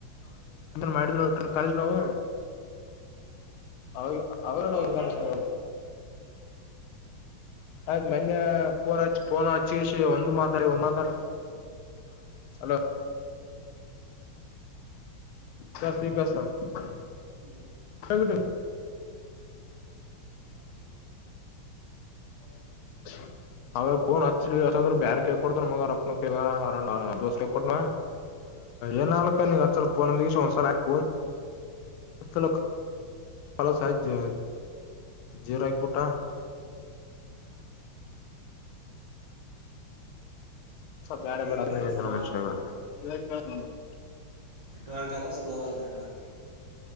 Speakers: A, on the left; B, on the right.
A: ಮಾಡಿದ <unintelligible> ಕಾಲೇಜ್ ನಾವು ಅವ್ ಅದ್ರಳಗ
B: ಇವಾಗ
A: ಹೆಂಗ್
B: ಕೇಳ್ತದ
A: ಅನ್ಸೆದೆ. ಆಯತ್ ನಿನ್ನೆ ಪೋನ್ ಪೋನ ಹಚ್ಚಿ ಒಂದು ಮಾತರಿ ಒಂದ. ಹಲೋ <unintelligible> ಸತಿ <unintelligible>
B: ಹ್ಮ್
A: ತ <unintelligible>
B: <inaudible> <inaudible>
A: <unintelligible> ಅವೇ ಪೋನ್ ಹಚ್ರಿ ಬ್ಯಾರ ಕೇ ಕೊಡ್ತ ಮಗ ಅರ್ರ್ ಅಣ್ಣಾ ದೋಸ ಹೇ ಕೊಡ್ನ. ಏನ್ ಆಳಕ್ಕಾ ನೀ ಅಚ್ <unintelligible> ಲಕ <inaudible> <unintelligible> ಜೋರ್ ಹಾಕು ಬಿಟ್ಟ <inaudible> ಬ್ಯಾಡ
B: ನೆಟ್ವರ್ಕ್
A: ಬಿಡು
B: ಸ್ಲೋ
A: ಮನುಷ್ಯನ
B: ಆದ್ ನೆಟ್ವರ್ಕ್
A: <unintelligible>
B: ನೆಟ್ವರ್ಕ್ ಅದ ಸ್ಲೋ ಅದಾ ನೆಟ್ವರ್ಕ್.